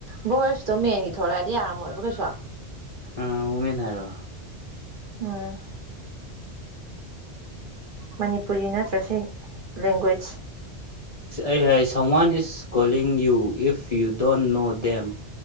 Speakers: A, on the right; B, on the left.
A: ꯕꯣꯏꯁꯇꯣ ꯃꯦꯟꯒꯤ ꯊꯣꯛꯂꯛꯑꯗꯤ ꯌꯥꯔꯝꯃꯣꯏꯕ ꯀꯩꯁꯨ
B: ꯑ ꯃꯦꯟꯔꯣ
A: ꯎꯝ ꯃꯅꯤꯄꯨꯔꯤ ꯅꯠꯇ꯭ꯔꯁꯨ ꯂꯦꯡꯒ꯭ꯋꯦꯖ
B: ꯑꯦ ꯑꯦ ꯁꯃꯥꯟ is ꯀꯣꯂꯤꯒ you if you don't know ꯗꯦꯦꯝ